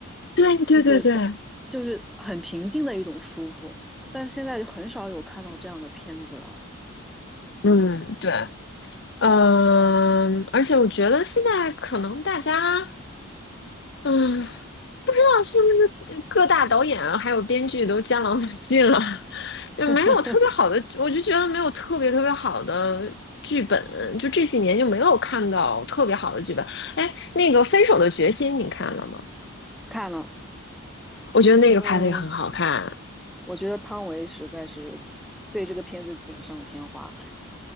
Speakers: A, on the left; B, in the centre.
A: 对对对对，
B: 就是现就是很平静的一种舒服，但现在就很少有看到这样的片子了。
A: 嗯对，嗯，而且我觉得现在可能大家。嗯，哦是不是各大导演啊还有编剧都江郎才尽了？<laughs>
B: <laughs>
A: 就没有特别好的，我就觉得没有特别特别好的剧本，就这几年就没有看到特别好的剧本。哎，那个《分手的决心》你看了吗？
B: 看了，
A: 我觉得那个拍的也很好看。
B: 嗯，我觉得汤唯实在是对这个片子锦上添花。